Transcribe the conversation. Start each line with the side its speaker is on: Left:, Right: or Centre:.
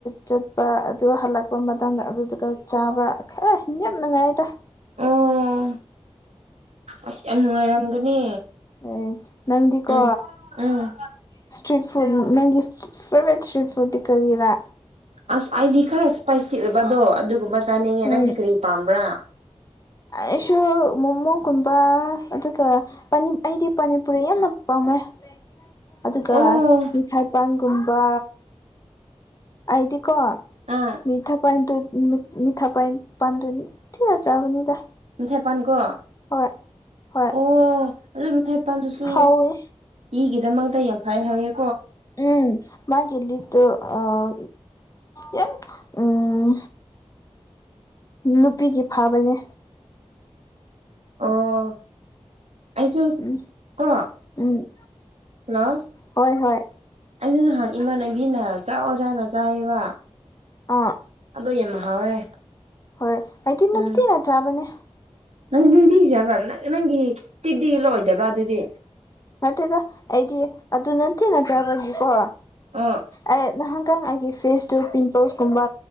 Left: ꯆꯠꯄ ꯑꯗꯨ ꯍꯜꯂꯛꯄ ꯃꯇꯝꯗ ꯑꯗꯨꯗꯨꯒ ꯆꯥꯕ ꯈꯔ ꯌꯥꯝ ꯅꯨꯡꯉꯥꯏꯗ
Right: ꯑꯣ ꯑꯁ ꯌꯥꯝ ꯅꯨꯡꯉꯥꯏꯔꯝꯒꯅꯤ
Left: ꯎꯝ ꯅꯪꯗꯤꯀꯣ
Right: ꯎꯝ ꯎꯝ
Left: ꯏꯁꯇ꯭ꯔꯤꯠ ꯐꯨꯗ ꯅꯪꯒꯤ ꯏꯁ ꯐꯦꯚꯔꯥꯏꯠ ꯏꯁꯇ꯭ꯔꯤꯠ ꯐꯨꯗꯇꯤ ꯀꯔꯤꯔꯥ
Right: ꯑꯁ ꯑꯩꯗꯤ ꯈꯔ ꯏꯁꯄꯥꯏꯁꯤ ꯑꯣꯏꯕꯗꯣ ꯑꯗꯨꯒꯨꯝꯕ ꯆꯥꯅꯤꯡꯉꯦ
Left: ꯎꯝ
Right: ꯅꯪꯗꯤ ꯀꯔꯤ ꯄꯥꯝꯕ꯭ꯔꯥ
Left: ꯑꯩꯁꯨ ꯃꯣꯃꯣꯒꯨꯝꯕ ꯑꯗꯨꯒ ꯑꯥ ꯄꯅꯤ ꯑꯩꯗꯤ ꯄꯥꯅꯤ ꯄꯨꯔꯤ ꯌꯥꯝꯅ ꯄꯥꯝ ꯃ‌ꯦ ꯑꯗꯨꯒ
Right: ꯑꯣ
Left: ꯃꯤꯊꯥꯏꯕꯥꯜꯒꯨꯝꯕ ꯑꯩꯗꯤ ꯀꯣ
Right: ꯑꯥ
Left: ꯃꯤꯊꯥ ꯄꯟ ꯇꯨ ꯃꯤ ꯃꯤꯊꯥ ꯄꯥꯏ ꯄꯥꯟꯗꯨ ꯊꯤꯅ ꯆꯥꯕꯅꯤꯗ
Right: ꯊ‌ꯦꯄꯥꯟ ꯀ‌ꯣ
Left: ꯍꯣꯏ ꯍꯣꯏ
Right: ꯑꯣ ꯑꯗꯨ ꯃꯤꯊꯥꯏ ꯄꯥꯥꯟꯗꯨꯁꯨ
Left: ꯍꯥꯎꯋꯦ
Right: ꯏꯒꯤ ꯗꯃꯛꯇ ꯌꯥꯝ ꯐꯩ ꯍꯥꯏꯌ‌ꯦ
Left: ꯎꯝ ꯃꯥꯒꯤ ꯂꯤꯕꯗꯨ ꯑꯥ ꯌꯥꯝ ꯎꯝ ꯅꯨꯄꯤꯒꯤ ꯐꯥꯕꯅꯦ
Right: ꯑ‌ꯣ ꯑꯩꯁꯨ
Left: ꯎꯝ
Right: ꯀ‌ꯣ
Left: ꯎꯝ
Right: ꯍꯜꯂꯣ
Left: ꯍꯣꯏ ꯍꯣꯏ
Right: ꯑꯩꯁꯨ ꯅꯍꯥꯟ ꯏꯃꯥꯟꯅꯕꯤꯅ ꯆꯥꯎꯑꯣ ꯆꯥꯅꯣ ꯆꯥꯏꯌꯦꯕ
Left: ꯑꯥ
Right: ꯑꯗꯣ ꯌꯥꯝ ꯍꯥꯎꯋꯦ
Left: ꯍꯣꯏ ꯑꯩꯗꯤ ꯅꯨꯡꯇꯤꯒꯤ
Right: ꯎꯝ
Left: ꯆꯥꯕꯅꯦ
Right: ꯅꯪ ꯅꯨꯡꯇꯤꯒꯤ ꯆꯥꯕ꯭ꯔꯥ ꯅꯪ ꯅꯪꯒꯤ ꯇꯤꯕꯤ ꯂ‌ꯣꯏꯗꯕ꯭ꯔꯥ ꯑꯗꯨꯗꯤ
Left: ꯅꯠꯇꯦꯗ ꯑꯩꯗꯤ ꯑꯗꯨ ꯅꯨꯡꯇꯤꯅ <unintelligible> ꯆꯥꯕꯒꯤꯀꯣ
Right: ꯑꯣ
Left: ꯑꯩ ꯅꯍꯥꯟ ꯈꯤꯇꯪ ꯑꯩꯒꯤ ꯐꯦꯁꯇꯨ ꯄꯤꯝꯄꯜꯁꯀꯨꯝꯕ